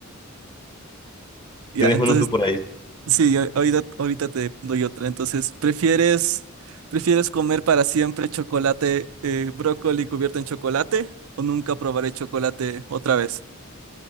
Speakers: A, on the right (about 80°); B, on the left (about 20°).
A: Ya,
B: Tienes
A: entonces,
B: uno tú por
A: Vale.
B: ahí.
A: sí, a- ahorita, ahorita te doy otra. Entonces, ¿prefieres, prefieres comer para siempre chocolate, eh, brócoli cubierto en chocolate o nunca probaré chocolate otra vez?